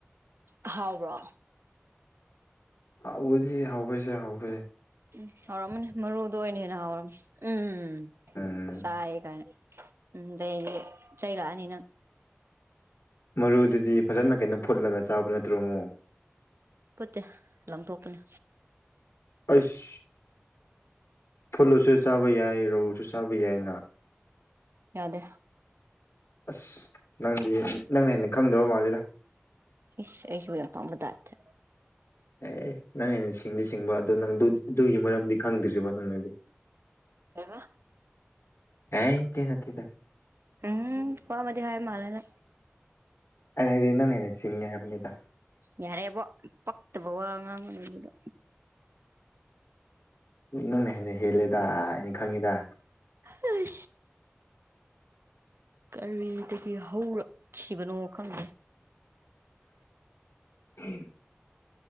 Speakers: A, on the right (about 65°); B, on the left (about 65°).
A: ꯊꯥꯎ꯭ꯔ
B: ꯑ ꯍꯥꯎꯖꯤ ꯍꯥꯎ ꯐꯁꯦ ꯍꯥꯎ ꯐꯁꯦ
A: ꯎꯝ ꯍꯧꯥꯎꯔꯝꯃꯅꯤ ꯃꯔꯨꯗ ꯑꯣꯏꯅꯅꯤ ꯍꯦꯅ ꯍꯧꯥꯎꯔꯝ ꯎꯝꯝ
B: ꯎꯝ
A: ꯆꯥꯏ ꯀꯥꯏꯅ ꯎꯝꯗ ꯆꯩꯔꯅꯤꯅ
B: ꯃꯔꯨꯗꯨꯗꯤ ꯐꯖꯅ ꯀꯩꯅꯣ ꯐꯨꯠꯂꯒ ꯆꯥꯕ ꯅꯠꯇ꯭ꯔꯣ ꯑꯃꯣ
A: ꯐꯨꯠꯇꯦ ꯂꯪꯊꯣꯛꯄꯅꯦ
B: ꯑꯁ ꯐꯨꯂꯨꯁꯨ ꯆꯥꯕ ꯌꯥꯏ ꯔꯧꯁꯨ ꯆꯥꯕ ꯌꯥꯏꯅꯍ
A: ꯗꯦ
B: ꯑꯁ ꯅꯪꯗꯤ ꯅꯪꯅ ꯍꯦꯟꯅ ꯈꯪꯗꯕ ꯃꯥꯂꯦꯗ
A: ꯏ ꯏꯁꯨꯕꯨ ꯗꯥꯆꯦ
B: ꯑꯦ ꯅꯪ ꯍꯦꯟꯅ ꯁꯤꯡꯗꯤ ꯁꯤꯡꯕ ꯑꯗꯨ ꯅꯪ ꯑꯗꯨꯒꯤ ꯃꯔꯝꯗꯤ ꯈꯪꯗ꯭ꯔꯤꯕꯣ ꯅꯪꯅꯗꯤ
A: ꯀꯕ
B: ꯑꯦ ꯏꯗꯤ ꯅ ꯇꯔ
A: ꯎꯝ ꯋꯥꯄꯥ ꯃ ꯍꯥꯏ ꯃꯥꯂꯅ
B: ꯑꯅ ꯅꯅꯦꯁꯤꯡꯉꯦ ꯍꯥꯏꯅꯤꯗ
A: ꯌꯥꯔꯦꯕꯣ ꯄꯛꯇꯕ ꯋꯥ ꯑꯉꯥꯡ ꯑꯅꯕꯗꯣ
B: ꯅꯪꯅ ꯍꯦꯟꯅ ꯍꯦꯜꯂꯦꯗ ꯍꯥꯏꯅ ꯈꯪꯉꯤꯗ
A: ꯑ ꯀꯔꯤꯗꯒꯤ ꯍꯧꯔꯛꯈꯤꯕꯅꯣ ꯈꯪꯗꯦ
B: ꯎꯝ